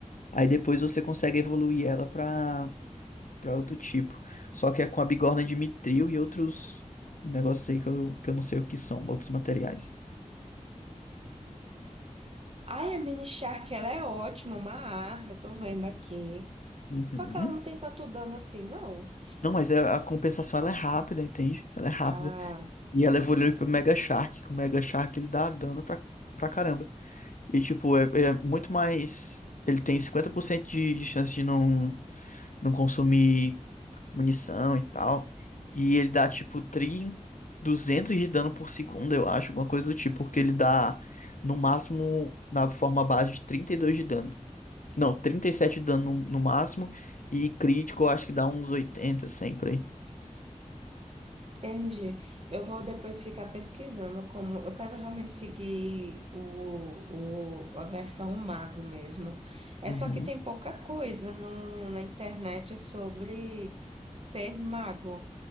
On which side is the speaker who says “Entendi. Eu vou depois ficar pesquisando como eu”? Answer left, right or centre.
Right